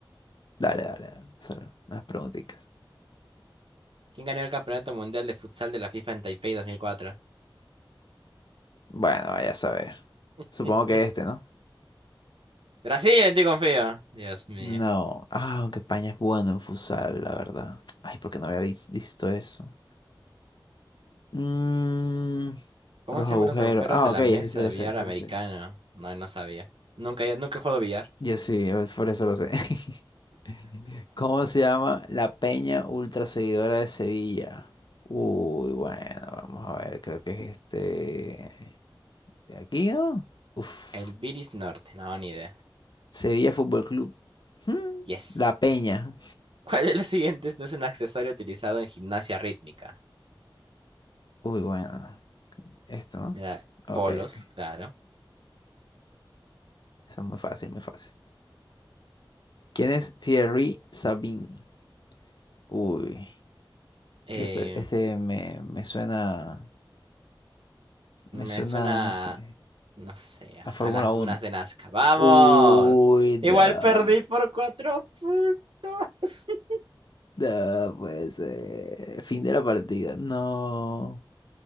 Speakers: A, on the left (about 55°); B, on the right (about 80°).
A: dale, dale, dale, solo las preguntitas.
B: ¿Quién ganó el Campeonato Mundial de Futsal de la FIFA en Taipei 2004?
A: Bueno, vaya a saber.
B: <laughs>
A: Supongo que este, ¿no?
B: Brasil, en ti confío. Dios mío.
A: No, ah, aunque España es bueno en futsal, la verdad. Ay, porque no había vis- visto eso. Mm,
B: ¿Cómo
A: los
B: se
A: agujeros.
B: llaman los agujeros
A: Ah,
B: de
A: ok,
B: la
A: ese
B: mesa
A: sí
B: de
A: lo
B: billar
A: sé, sí
B: americano?
A: lo sé.
B: No, no sabía. Nunca, he- nunca he jugado billar.
A: Yo sí, eh, por eso lo sé. <laughs> ¿Cómo se llama la peña ultra seguidora de Sevilla? Uy, bueno, vamos a ver, creo que es este de aquí, ¿no? Uf,
B: El Bilis Norte, no, ni idea.
A: Sevilla Fútbol Club. Hmm,
B: Yes.
A: La peña.
B: <laughs> ¿Cuál de los siguientes no es un accesorio utilizado en gimnasia rítmica?
A: Uy, bueno, esto, ¿no?
B: Mira, bolos,
A: Ok, ok.
B: claro.
A: Eso es muy fácil, muy fácil. ¿Quién es Thierry Sabine? Uy,
B: Eh,
A: yo creo, ese me, me suena,
B: me
A: me suena,
B: suena,
A: no sé,
B: no sé, a,
A: a Fórmula
B: a las
A: Uno.
B: dunas de Nazca. ¡Vamos!
A: Uy, no,
B: Igual perdí por cuatro puntos. <laughs>
A: no puede ser. Fin de la partida. No,